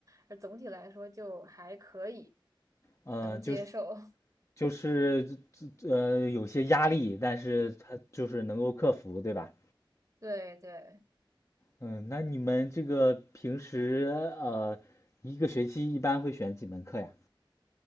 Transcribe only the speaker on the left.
呃，
就是就是呃有些压力，但是它就是能够克服，对吧？
嗯，那你们这个平时呃一个学期一般会选几门课呀？